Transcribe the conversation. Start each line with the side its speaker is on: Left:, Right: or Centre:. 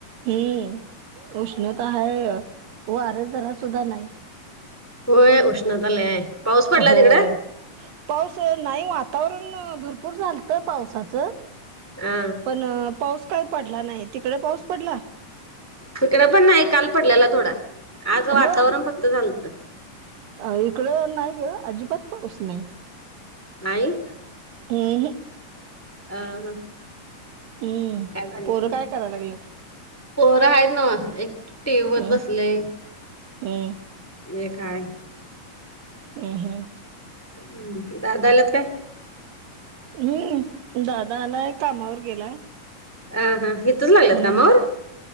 Right: हम्म उष्णता हाय, वारं जरा सुद्धा नाही.
Centre: होय, उष्णता लय हाय. पाऊस पडला
Right: होय,,
Centre: तिकड?
Right: पाऊस नाही, वातावरण भरपूर झालतं पावसाचं
Centre: हा
Right: पण पाऊस काय पडला नाही,, तिकडं पाऊस पडला?
Centre: हिकडं पण नाही काल पडलेला थोडा,, आज वातावरण
Right: होय
Centre: फक्त झालतं.
Right: अ इकडं नाही गं,, अजिबात पाऊस नाही.
Centre: नाही
Right: हं हं.
Centre: अ हां.
Right: हम्म.
Centre: काय झालं
Right: पोरं
Centre: मग,,
Right: काय करायला लागलेत
Centre: पोरं हाईत नवं,, एक टीव बगत
Right: हम्म,
Centre: बसलय,,
Right: हम्म,
Centre: एक हाय.
Right: ह हं.
Centre: हम्म,, दादा आल्यात काय?
Right: हम्म,, दादा आलाय कामावर गेलाय.
Centre: आहा, हितचं लागल्यात
Right: हम्म
Centre: कामावर.?